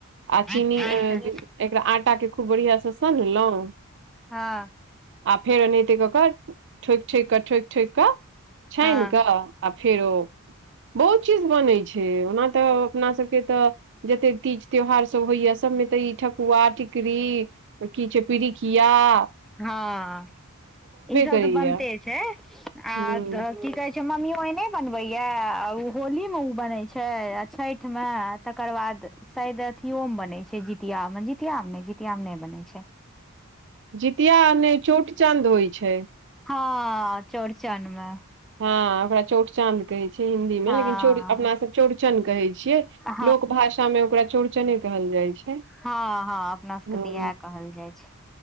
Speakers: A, on the right; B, in the centre.
A: आ चिनी
B: अच्छा
A: अ एकरा आटा के खूब बढ़िया से सनलहुँं
B: हँ।
A: आ फेर ओनाहिते कऽ कऽ ठोकि ठोकि कऽ ठोकि ठोकि कऽ छानि
B: हँ
A: कऽ आ फेरो बहुत चीज बनै छै ओना तऽ अपना सबके तऽ जते तीज त्यौहार सब होइया सभमे तऽ ई ठकुआ टिकड़री की छै पीड़ इिया <unintelligible>
B: हँ ई सब
A: करैया
B: तऽ बनते छै आ
A: हूँ
B: की कहै छै। मम्मियो एहने बनबैया आ ओ होलीमे ओ बनै छै आ छठिमे तकर बाद शायद अथियो मे बनै छै जितिया मे जितिया मे ने जितिया मे नहि बनै छै।
A: जितिया ने चोट चंद होइ छै।
B: हँ चौड़चनमे
A: हँ ओकरा चौड़चद कहै छियै हिंदी
B: हँ
A: मे लेकिन अपना सब चौड़चन कहै छियै।
B: हँ
A: लोक भाषा मे ओकरा चौड़चने कहल जाइ छै।
B: हँ हँ अपना सबके
A: हँ
B: तऽ इएह कहल जाइ छै।